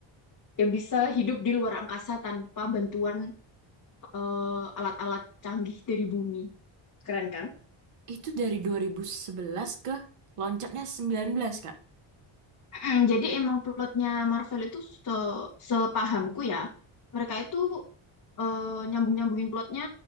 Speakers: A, on the left (about 35°); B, on the right (about 85°).
A: yang bisa hidup di luar angkasa tanpa bantuan eh, alat-alat canggih dari bumi. Keren kan?
B: Itu dari 2011 ke loncatnya 19, Kak.
A: Mm, jadi emang plotnya Marvel itu se sepahamku ya, mereka itu eh, nyambung-nyambungin plotnya